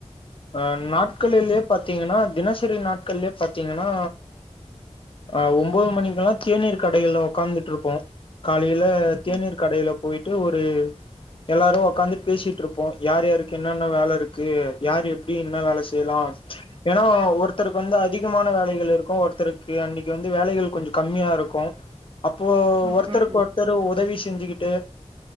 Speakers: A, on the left; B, on the right.
A: ஆ நாட்கள்கள்லயே பாத்தீங்கன்னா தினசரி நாட்கள்லயே பாத்தீங்கன்னா ஆ ஒம்போது மணிக்கெல்லா தேநீர் கடைகள்ல ஒக்காந்து ட்ருப்போ கால் லைல தேநீர்
B: ம்
A: கடையில போயிட்டு ஒரு எல்லாரு ஒக்காந்து பேசிட்ருப்போ. யார் யாருக்கு என்னென்ன வேல இருக்கு யார் எப்டி என்ன வேல செய்யலா? ஏன்னா ஒருத்தருக்கு வந்து அதிகமான வேலைகள் இருக்கு ஒருத்தருக்கு அன்னைக்கி வந்து வேலைகள் கொஞ்சோ கம்மியா இருக்கு. அப்போ
B: ம்
A: ஒருத்தருக்கு
B: ம் ம்
A: ஒருத்தர் உதவி செஞ்சுக்கிட்டு